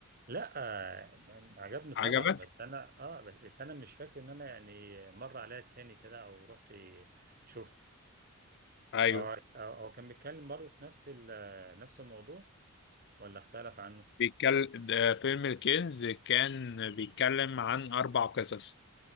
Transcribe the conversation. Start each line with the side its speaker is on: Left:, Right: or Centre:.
Right: لا آه، يعني عجبني طبعا
Left: عجبك؟
Right: بس انا اه بس بس انا مش فاكر ان انا يعني مر عليا التاني كده او رحت شفته
Left: ايوه
Right: او او أو كان بيتكلم برضه في نفس ال- نفس الموضوع ولا اختلف عنه
Left: بيتكلم فيلم الكنز كان بيتكلم عن أربع قصص